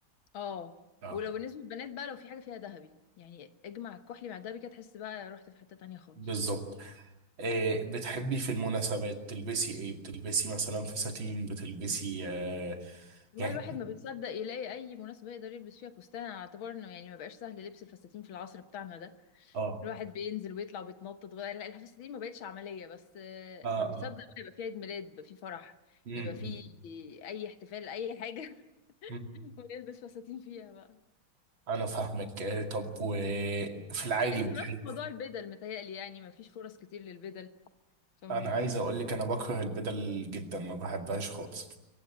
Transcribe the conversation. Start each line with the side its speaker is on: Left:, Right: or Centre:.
Left: اه
Right: اه
Left: ولو بالنسبه للبنات بقى لو في حاجه فيها ذهبي يعني اجمع الكحلي مع الذهبي كده تحس بقى رحت في حته تانية خالص
Right: بالظبط آه بتحبي في المناسبات تلبسي ايه بتلبسي مثلا فساتين بتلبسي آه
Left: والله
Right: يعني
Left: الواحد
Right: إيه؟
Left: ما بيصدق يلاقي اي مناسبه يقدر يلبس فيها فستان على اعتبار انه يعني ما بقاش سهل لبس الفساتين في العصر بتاعنا ده
Right: اه
Left: الواحد بينزل ويطلع وبيتنطط ولا لا، الفساتين ما بقتش عمليه بس آه،
Right: اه
Left: ما بيصدق
Right: اه
Left: بقى يبقى في عيد ميلاد يبقى في فرح
Right: امم
Left: يبقى في اي احتفال اي حاجه <laughs>
Right: أمم.
Left: ويلبس فساتين فيها بقى
Right: انا فاهمك آه، طب وفي العادي
Left: انت
Right: بتحب
Left: نفس موضوع البدل متهيألي يعني ما فيش فرص كتير للبدل فما
Right: انا عايز اقول لك انا بكره البدل جدا ما بحبهاش خالص